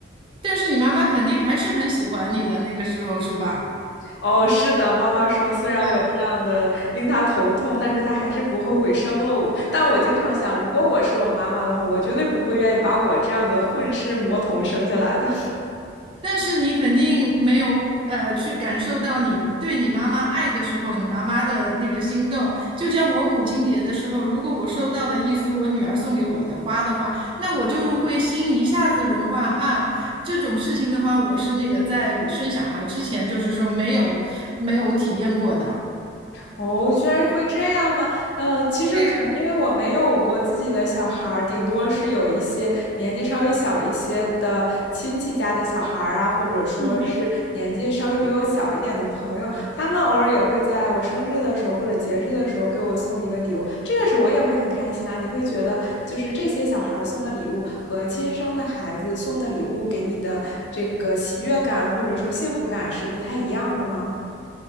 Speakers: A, on the right (about 25°); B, on the left (about 60°).
A: 但是你妈妈肯定还是很喜欢你的那个时候，是吧？
B: 哦，是的，妈妈说，虽然我这样的令她头痛，
A: 对，
B: 但是她还是不后悔生了我。但我经常想，如果我是我妈妈的话，我绝对不会愿意把我这样的混世魔童生下来的。
A: 但是你肯定没有呃去感受到你对你妈妈爱的时候，你妈妈的那个心动。就像我母亲节的时候，如果我收到了一束我女儿送给我的花的话，那我就会心一下子融化啊。这种事情的话，我是那个在生小孩之前，就是说没有没有体验过的。
B: 哦，居然会这样吗？呃，其实可能因为我没有过自己的小孩儿，
A: 对呀，
B: 顶多是有一些年纪稍微小一些的亲戚家的小孩儿啊，或者说是年纪稍微比我小一点的朋友，
A: 嗯。
B: 他们偶尔也会在我生日的时候或者节日的时候给我送一个礼物，这个时候我也会很开心啊。你会觉得就是这些小孩儿送的礼物和亲生的孩子送的礼物给你的这个喜悦感或者说幸福感是不太一样的吗？